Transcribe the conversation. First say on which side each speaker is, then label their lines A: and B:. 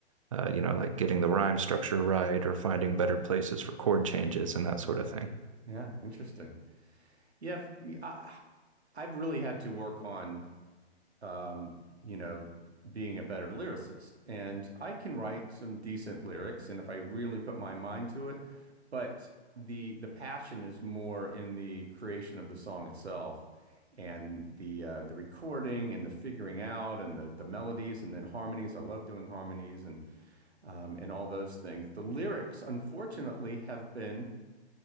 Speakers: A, on the right; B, on the right.
A: uh, you know, like getting the rhyme structure right or finding better places for chord changes and that sort of thing.
B: yeah, interesting. Yeah, f- I, I've really had to work on Um, you know, being a better lyricist. And I can write some decent lyrics, and if I really put my mind to it, but the the passion is more in the creation of the song itself, and the uh, the recording and the figuring out and the the melodies and then harmonies. I love doing harmonies and um, and all those things. The lyrics, unfortunately, have been